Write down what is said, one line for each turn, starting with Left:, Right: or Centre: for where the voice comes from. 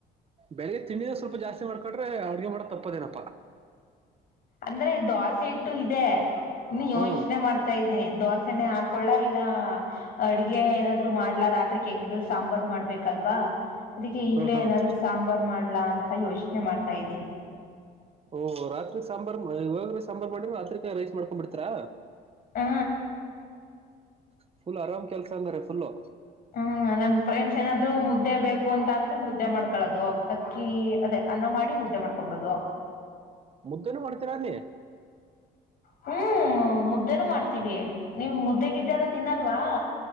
Right: ಬೆಳಿಗ ತಿಂಡಿನೆ ಸ್ವಲ್ಪ ಜಾಸ್ತಿ ಮಾಡ್ಕೊಂಡ್ರೆ ಅಡ್ಗೆ ಮಾಡದ ತಪ್ಪದೇನಪ್ಪಾ.
Left: ಅಂದ್ರೆ ದ್ವಾಸೆ ಹಿಟ್ಟು ಇದೆ ಇನ್ನು ಯೋಚನೆ
Right: ಹ್ಮ್
Left: ಮಾಡ್ತ ತ್ತಾ ಇದ್ದೀನಿ ದ್ವಾಸೆನೆ ಹಾಕೊಳ್ಳಾ ಇಲ್ಲಾ ಅಡ್ಗೆ ಏನಾದ್ರು ಮಾಡ್ಲಾ ರಾತ್ರಿಗೆ ಹೆಂಗಿದ್ರು ಸಾಂಬಾರ್ ಮಾಡ್ಬೇಕಲ್ವಾ. ಅದಿಕ್ಕೆ ಈಗ್ಲೇ
Right: ಹ್ಮ್ ಹ್ಮ್
Left: ಏನಾದ್ರು ಸಾಂಬಾರ್ ಮಾಡ್ಲಾ ಅಂತ ಯೋಚನೆ ಮಾಡ್ತಾ ಇದ್ದೀನಿ.
Right: ಓ ರಾತ್ರಿ ಸಾಂಬಾರ್ ಮಇ ಇವಾಗ ಸಾಂಬಾರ್ ಮಾಡ್ರಿ ರಾತ್ರಿಕ ರೈಸ್ ಮಾಡ್ಕೊಂಡ್ ಬಿಡತ್ತೀರಾ.
Left: ಹಾ
Right: ಫುಲ್ ಆರಾಮ್ ಕೆಲಸಾ ಹಂಗಾರೆ ಫುಲ್ಲು
Left: ಹು ನನ್ ಫ್ರೆಂಡ್ಸ್ ಏನಾದ್ರು ಮುದ್ದೆ ಬೇಕು ಅಂತ ಅಂದ್ರೆ ಮುದ್ದೆ ಮಾಡ್ಕೊಳ್ಳೋದು ಅಕ್ಕಿ ಅದೇ ಅನ್ನ ಮಾಡಿ ಮುದ್ದೆ ಮಾಡ್ಕೊಬುಡೋದು.
Right: ಮುದ್ದನು ಮಾಡ್ತೀರಾ ಅಲ್ಲಿ.
Left: ಹು ಮುದ್ದೇನು ಮಾಡ್ತೀವಿ ನೀವು ಮುದ್ದೆಗಿದ್ದೆನು ನೀವು ತಿನ್ನಲ್ವಾ.